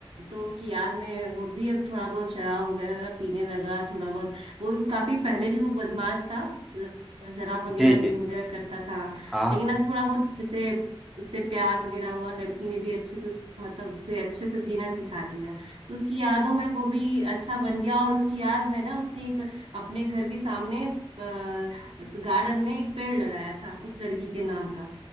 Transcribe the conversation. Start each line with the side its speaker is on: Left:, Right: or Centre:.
Right: तो उसकी याद में वो भी अब थोड़ा बहुत शराब वगैरह पीने लगा थोड़ा बहुत वो काफी पहले भी वो बदमाश था ज- शराब वगैरह
Centre: जी
Right: ड्रिंक
Centre: जी
Right: वगैरह करता था
Centre: हाँ
Right: लेकिन अब थोड़ा बहुत जैसे उससे प्यार वगैरह हुआ लड़की ने भी अच्छे कुछ मतलब उसे अच्छे से जीना सिखा दिया तो उसकी यादों में वो भी अच्छा बन गया और उसकी याद में ना उसने एक अपने घर के सामने गार्डन में एक पेड़ लगाया था उस लड़की के नाम का